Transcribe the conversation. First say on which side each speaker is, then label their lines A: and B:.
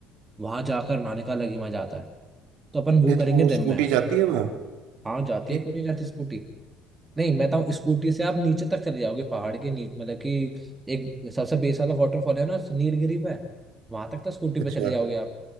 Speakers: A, on the right; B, on the right.
A: वहां जाकर नहाने का अलग ही मजा आता है तो अपन वो
B: नहीं
A: करेंगे
B: तो वो
A: दिन
B: स्कूटी
A: में
B: जाती है वहाँ
A: हाँ जाती
B: कि
A: है क्यों नहीं जाती स्कूटी नहीं मैं बताऊँ स्कूटी से आप नीचे तक चले जाओगे पहाड़ के नीचे मतलब कि एक सबसे बेस वाला वाटरफॉल है ना नीलगिरी पे वहां तक तो स्कूटी पे
B: अच्छा
A: चले जाओगे आप